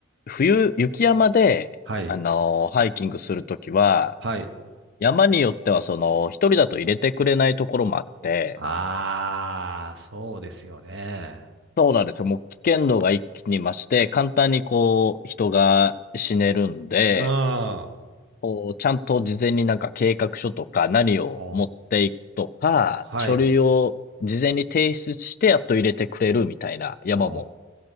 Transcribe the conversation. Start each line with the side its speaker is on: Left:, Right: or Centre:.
Left: 冬、雪山で、
Right: はい。
Left: あのーハイキングするときは、
Right: はい。
Left: 山によっては、その、一人だと入れてくれないところもあって、
Right: ああ、そうですよね。
Left: そうなんですよ。もう危険度が一気に増して、簡単にこう、人が死ねるんで、
Right: うん。あ
Left: こう、ちゃんと事前になんか計画書とか何を持っていくとか、
Right: あ、はい。
Left: 書類を事前に提出してやっと入れてくれるみたいな山も、
Right: あ